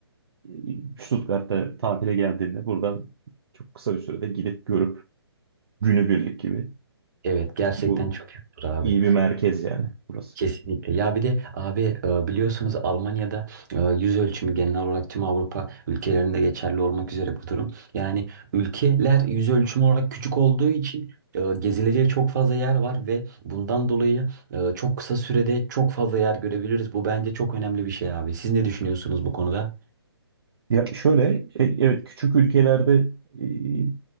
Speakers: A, on the right; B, on the right.
A: e, Stuttgart'ta tatile geldiğimde buradan çok kısa bir sürede gidip görüp günübirlik gibi.
B: Evet gerçekten
A: Bu
B: çok büyüktür abi.
A: iyi bir merkez yani burası.
B: Kesinlikle. Ya bir de abi e, biliyorsunuz Almanya'da e, yüz ölçümü genel olarak tüm Avrupa ülkelerinde geçerli olmak üzere bu durum. Yani ülkeler yüz ölçümü olarak küçük olduğu için e, gezilecek çok fazla yer var ve bundan dolayı e, çok kısa sürede çok fazla yer görebiliriz. Bu bence çok önemli bir şey abi. Siz ne düşünüyorsunuz bu konuda?
A: Ya şöyle e, evet küçük ülkelerde e,